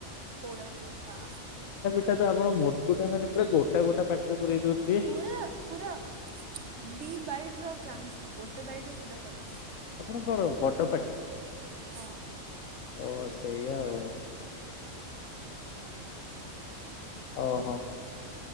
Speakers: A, on the right (about 55°); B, on the left (about 75°).
A: ପୋଡ଼ ପିଠା।
B: ସେ ତ ଆପଣ ମୋଟୁ ଟା ମାନେ ପୁରା ଗୋଟା ଗୋଟା ପାଟିରେ ପୁରେଇ ଦଉଥିବେ।
A: ପୁରା ପୁରା ଦି ବାଇଟ ର ଚାନ୍ସ ନାଇଁ ଗୋଟେ ବାଇଟରେ ସିଧା ଖଥମ।
B: ଆପଣଙ୍କଣ ବଡ ପାଟି।
A: ହଁ।
B: ଓ ସେଇଆ ଆଉ। ଓ ହୋ।